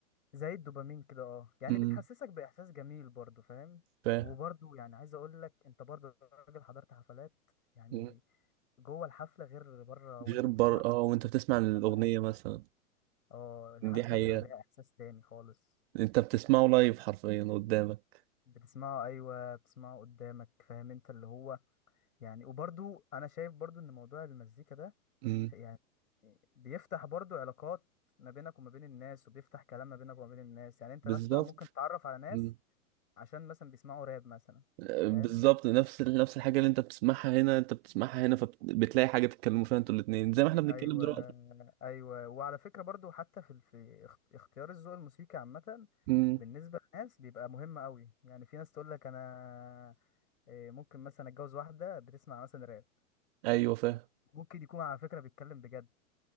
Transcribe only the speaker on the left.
زي الدوبامين كده اه يعني
بتحسسك بإحساس جميل برضه فاهم
وبرضه يعني عايز أقول لك أنت برضه راجل حضرت حفلات يعني
جوه الحفلة غير بره وأنت
بتسمع في
السماعات
اه الحفلة
بيبقى لها إحساس تاني خالص
بتسمعه ايوه بتسمعه قدامك فاهم انت اللي هو يعني وبرضو انا شايف برضو ان موضوع المزيكا ده
يعني بيفتح برضو علاقات ما بينك وما بين الناس وبيفتح كلام ما بينك وما بين الناس يعني انت
مثلا ممكن تتعرف على ناس
عشان مثلا بيسمعوا راب مثلا
فاهم
ايوه
ايوه وعلى فكرة برضو حتى في في اخت- اختيار الذوق الموسيقي عامة
بالنسبة للناس بيبقى مهم قوي يعني في ناس تقول لك انا إيه، ممكن مثلا اتجوز واحدة بتسمع مثلا راب
ممكن يكون على فكرة بيتكلم بجد